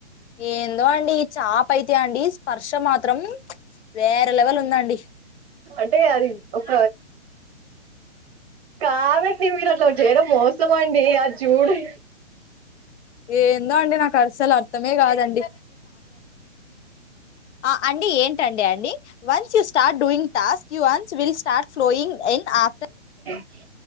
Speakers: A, on the left (about 70°); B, on the right (about 40°).
A: ఏందో అండి చాప అయితే అండి స్పర్శ మాత్రం వేరే లెవెల్ ఉందండి
B: అంటే అది ఒక కాదు మీరు మీరాట్లా చెయ్యడం మోసమాండి. ఆ జుడే
A: ఏందో అండి నాకు అసలు అర్థమే కాదండి అ అండి ఏంటండి అండి. వన్ స్యూస్ట్ start doing task, you once will start flowing, in after
B: a